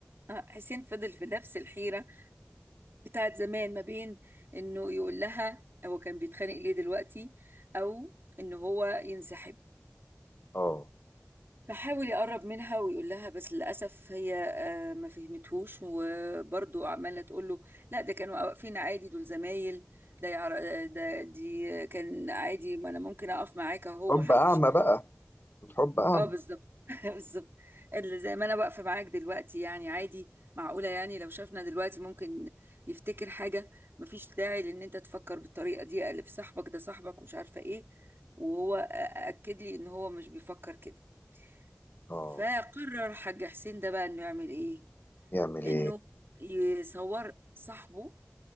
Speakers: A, on the right; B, on the left.
A: آه، حسين فضل في نفس الحيرة بتاعت زمان ما بين انه يقول لها هو كان بيتخانق ليه دلوقتي او ان هو ينسحب
B: اه
A: فحاول يقرب منها ويقول لها بس للأسف هي آه، ما فهمتهوش وبرضه عمالة تقول له لا ده كانوا واقفين عادي دول زمايل ده يعر... آه، ده دي كان عادي ما انا ممكن اقف معاك اهو
B: حب
A: ما حدش
B: اعمى بقى الحب اعمى
A: اه بالظبط <laughs> بالظبط اللي زي ما انا واقفه معاك دلوقتي يعني عادي معقوله يعني لو شافنا دلوقتي ممكن يفتكر حاجه مفيش داعي لان انت تفكر بالطريقه دي الف صاحبك ده صاحبك ومش عارفه ايه وهو اكد لي ان هو مش بيفكر كده فقرر
B: اه
A: حاج حسين ده بقى انه يعمل ايه
B: يعمل
A: انه
B: ايه
A: يصور صاحبه